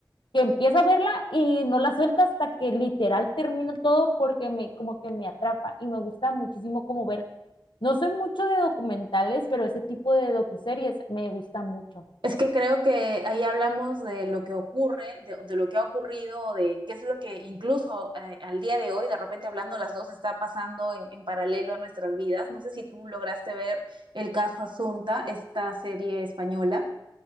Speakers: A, on the left; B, on the right.
A: que empiezo a verla y no la suelta hasta que literal termino todo porque me como que me atrapa y me gusta muchísimo como ver, no soy mucho de documentales, pero ese tipo de docuseries me gusta mucho.
B: Es que creo que ahí hablamos de lo que ocurre, de, de lo que ha ocurrido, de qué es lo que incluso eh, al día de hoy, de repente hablando las dos, está pasando en, en, paralelo a nuestras vidas. No sé si tú lograste ver el caso Asunta, esta serie española.